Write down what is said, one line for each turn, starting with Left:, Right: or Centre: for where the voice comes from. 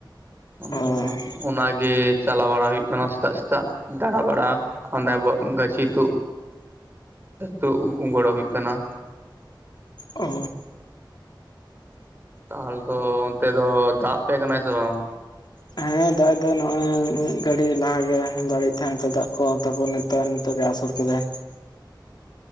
Right: ᱟᱫᱚ
Left: ᱚ
Right: ᱚᱱᱟᱜᱮ ᱪᱟᱞᱟᱣ ᱵᱟᱲᱟ ᱦᱩᱭᱩᱜ ᱠᱟᱱᱟ ᱥᱮᱛᱟᱜ ᱥᱮᱛᱟᱜ ᱜᱟᱬᱟᱵᱟᱲᱟ ᱾ ᱚᱱᱫᱮ ᱵᱳᱜ ᱜᱟᱹᱪᱷᱤ ᱛᱩᱜ ᱛᱩᱜ ᱜᱚᱲᱚ ᱦᱩᱭᱩᱜ ᱠᱟᱱᱟ ᱾
Left: ᱚ ᱾
Right: ᱛᱟᱦᱚᱞᱮ ᱛᱚ ᱚᱱᱛᱮ ᱫᱚ ᱫᱟᱜ ᱯᱮ ᱠᱟᱱᱟᱭ ᱥᱮ ᱵᱟᱝ?
Left: ᱦᱮᱸ <unintelligible> ᱱᱚᱜᱚᱭ ᱢᱤᱫ ᱜᱷᱟᱹᱲᱤᱡ ᱞᱟᱦᱟ ᱜᱮ <unintelligible> ᱫᱟᱜ ᱠᱚ ᱛᱟᱯᱚᱨ ᱛᱚ ᱱᱤᱛᱳᱜ ᱜᱮ ᱟᱥᱳᱲ ᱠᱮᱫᱟᱭ᱾